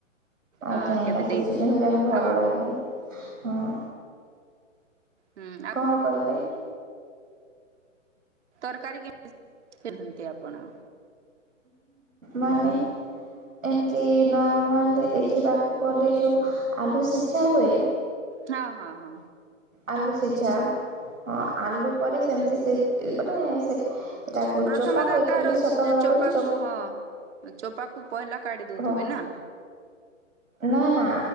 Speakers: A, on the right; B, on the right.
A: ଆଜ୍ଞା
B: ଅ
A: ଆଜ୍ଞା
B: କେବେ
A: ସେଇ
B: ଦେଇଥିଲେ
A: ଚିଟ ଯାକୁ ଭଲ
B: ଆଉ
A: ଲାଗେ। ହଁ।
B: ହୁଁ
A: କଣ କହିଲେ।
B: ତରକାରୀ କେମିତି ଆପଣ
A: ମାନେ ଏମିତି ନର୍ମାଲି ଦେଖିବାକୁ ଗଲେ ଯୋଉ ଆଲୁ ସିଝା ହୁଏ।
B: ହଁ ହଁ ହଁ।
A: ଆଲୁ ସିଝା। ହଁ ଆଲୁ ପ ସେମିତି ସେ ମାନେ ସେ ସେଟାକୁ
B: ପ୍ରଥମେ
A: ଚୋପାକୁ
B: ତ
A: ଆକ୍ଚୁଆଲି
B: ତାର
A: ସତ କହିବାକୁ
B: ଚୋପାକୁ
A: ଗଲେ ଚୋପ
B: ହଁ ଚୋପାକୁ ପହିଲା କାଢ ଦେଉ
A: ହଁ
B: ଥୁବେନା।
A: ନା ନା